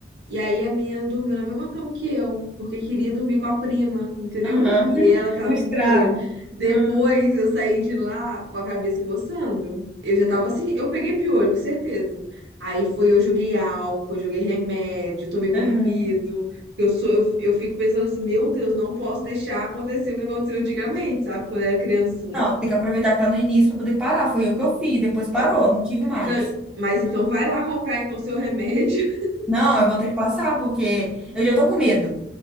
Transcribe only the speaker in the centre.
Aham. <laughs>
O estrago.
Ah,
aham.
não, tem que aproveitar que tá no início para poder parar. Foi o que eu fiz, depois parou,
não tive mais.
Não, eu vou ter que passar, porque eu já tô com medo.